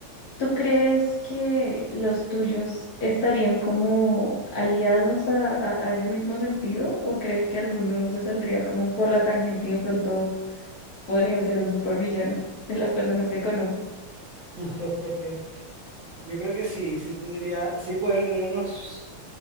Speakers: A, on the left; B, on the right.
A: ¿tú crees que los tuyos estarían como aliados a, a, a ese mismo sentido? ¿O crees que alguno se saldría como por la tangente y de pronto podría ser un supervillano de las personas que conoces.
B: <laughs> Yo creo que sí, sí tendría, sí podría tener unos